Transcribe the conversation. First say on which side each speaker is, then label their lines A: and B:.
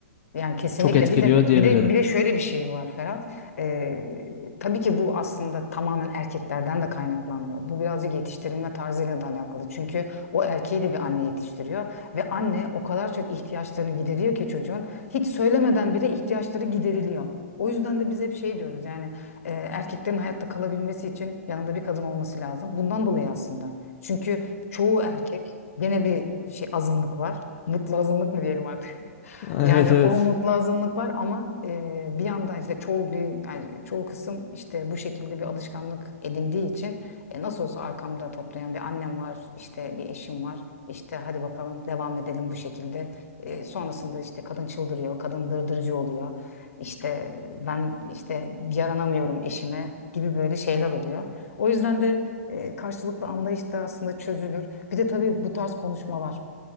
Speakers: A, on the left; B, on the left.
A: Yani kesinlikle
B: çok etkiliyor
A: bir de
B: diyebilirim.
A: bir de bir de şöyle bir şey var Ferhat. Ee, tabii ki bu aslında tamamen erkeklerden de kaynaklanmıyor. Bu birazcık yetiştirilme tarzıyla da alakalı. Çünkü o erkeği de bir anne yetiştiriyor ve anne o kadar çok ihtiyaçlarını gideriyor ki çocuğun hiç söylemeden bile ihtiyaçları gideriliyor. O yüzden de biz hep şey diyoruz yani e, erkeklerin hayatta kalabilmesi için yanında bir kadın olması lazım. Bundan dolayı aslında. Çünkü çoğu erkek gene bir şey azınlık var. Mutlu azınlık mı diyelim artık?
B: <laughs>
A: Yani
B: Evet evet.
A: o mutlu azınlık var ama e, bir yandan işte çoğu bir yani çoğu kısım işte bu şekilde bir alışkanlık edindiği için e, nasıl olsa arkamda toplayan bir annem var, işte bir eşim var. İşte hadi bakalım devam edelim bu şekilde. E, sonrasında işte kadın çıldırıyor, kadın dırdırcı oluyor. İşte ben işte yaranamıyorum eşime gibi böyle şeyler oluyor. O yüzden de e, karşılıklı anlayış da aslında çözülür. Bir de tabii bu tarz konuşmalar.